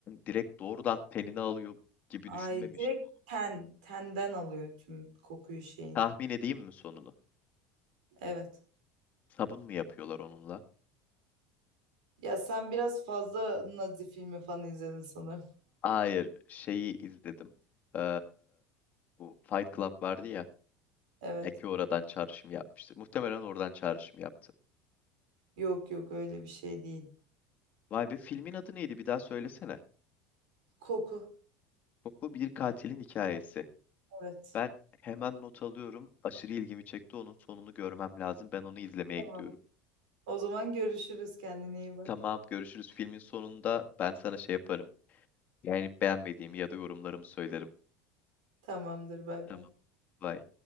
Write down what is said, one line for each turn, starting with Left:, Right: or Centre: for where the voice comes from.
Left: direkt doğrudan tenini alıyor gibi
Right: Ay
Left: düşünmemiştim.
Right: direkt ten, tenden alıyor tüm kokuyu şeyini.
Left: Tahmin edeyim mi sonunu?
Right: Evet.
Left: Sabun mu yapıyorlar onunla?
Right: Ya sen biraz fazla Nazi filmi falan izledin sanırım.
Left: Hayır, şeyi izledim. Ee, bu Fight Club vardı ya.
Right: Evet.
Left: Eki oradan çağrışım yapmıştır. Muhtemelen oradan çağrışım yaptı.
Right: Yok yok öyle bir şey değil.
Left: Vay be filmin adı neydi bir daha söylesene.
Right: Koku.
Left: Bu bir katilin hikayesi.
Right: Evet.
Left: Ben hemen not alıyorum. Aşırı ilgimi çekti. Onun sonunu görmem lazım. Ben onu izlemeye
Right: Tamam.
Left: gidiyorum.
Right: O zaman görüşürüz. Kendine iyi bak.
Left: Tamam görüşürüz. Filmin sonunda ben sana şey yaparım. Yani beğenmediğimi ya da yorumlarımı söylerim.
Right: Tamamdır. Bay
Left: Tamam.
Right: bay.
Left: Bye.